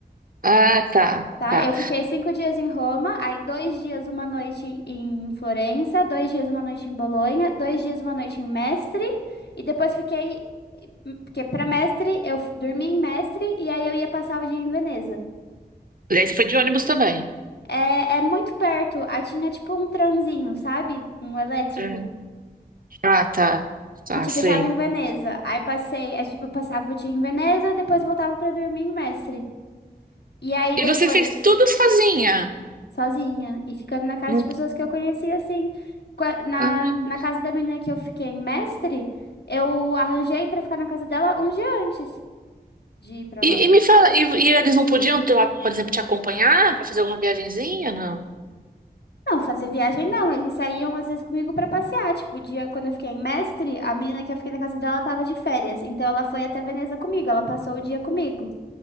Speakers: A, on the right; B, on the left.
A: Ah, tá,
B: tá?
A: tá.
B: Eu fiquei cinco dias em Roma, aí dois dias, uma noite em Florença, dois dias, uma noite em Bolonha, dois dias, uma noite em Mestre, e depois fiquei. Porque pra Mestre, eu f- dormi em Mestre, e aí eu ia passar o dia em Veneza.
A: E aí você foi de ônibus também?
B: É, é muito perto, aí tinha tipo um tranzinho, sabe? Um elétrico.
A: É. Ah, tá. Tá,
B: que te
A: sei.
B: deixava em Veneza. Aí passei, aí, tipo, eu passava o dia em Veneza, depois voltava pra dormir em Mestre. E aí
A: E
B: depois,
A: você fez tudo sozinha.
B: sozinha, e ficando na casa
A: Não...
B: de pessoas que eu conhecia, assim, qua- na,
A: Ah.
B: na casa da menina que eu fiquei em Mestre, eu arranjei pra ficar na casa dela um dia antes de ir pra lá.
A: E, e me fala, e, e eles não podiam, ter lá, por exemplo, te acompanhar para fazer alguma viagenzinha, não?
B: Não, fazer viagem não, eles saíam às vezes comigo pra passear, tipo, o dia quando eu fiquei em Mestre, a menina que eu fiquei na casa dela tava de férias, então ela foi até Veneza comigo, ela passou o dia comigo.